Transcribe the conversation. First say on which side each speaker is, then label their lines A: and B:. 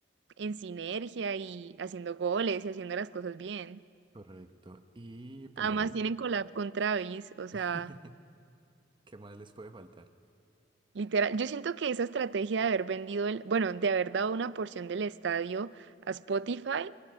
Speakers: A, on the right; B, on the right.
A: en sinergia y haciendo goles y haciendo las cosas bien.
B: correcto. Y pues
A: Además
B: bueno,
A: tienen collab con Travis, o sea,
B: <laughs> ¿qué más les puede faltar?
A: literal, yo siento que esa estrategia de haber vendido el, bueno, de haber dado una porción del estadio a Spotify